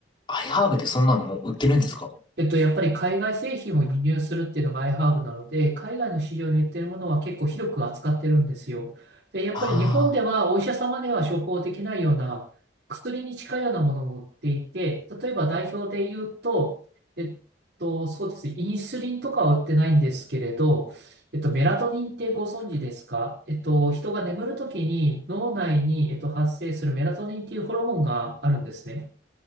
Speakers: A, on the left; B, on the right.
A: アイハーブってそんなのもう売ってるんですか
B: えっと、やっぱり海外製品を輸入するっていうのが iHerb なので、海外の市場に売ってるものは結構広く扱ってるんですよ。で、やっぱり日本ではお医者様では処方できないような薬に近いようなものも売っていて、
A: ああ
B: 例えば代表で言うと、えっと、そうですね、インスリンとかは売ってないんですけれど、えっと、メラトニンってご存知ですかえっと、人が眠るときに脳内に、えっと、発生するメラトニンっていうホルモンがあるんですね。